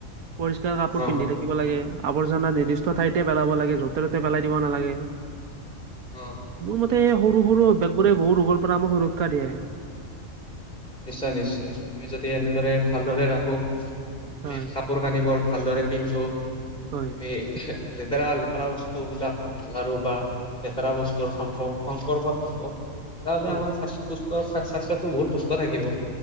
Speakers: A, on the right; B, in the centre.
A: পৰিষ্কাৰ কাপোৰ
B: অ
A: পিন্ধি থাকিব লাগে আৱৰ্জনা নিৰ্দিষ্ট ঠাইতে পেলাব লাগে য'তে ত'তে পেলাই দিব নালাগে
B: অ'
A: মোৰ মতে, এই সৰু সৰু বেগবোৰে বহু ৰোগৰ পৰা আমাক সুৰক্ষা দিয়ে।
B: নিশ্চয়, নিশ্চয় আমি যদি এনেদৰে ভালদৰে ৰাখো। আমি
A: হয়
B: কাপোৰ কানিবোৰ ভালদৰে পিন্ধো
A: হয়।
B: আমি- লেতেৰা, লেতেৰা বস্তু বিলাক নালাৰো বা লেতেৰা বস্তুৰ সম্প সম্পৰ্কত নাহো। তেতিয়াহ'লে
A: হয়
B: আমাৰ স্বা সুস্থ স্বাস্থ্যটো বহুত সুস্থ থাকিব।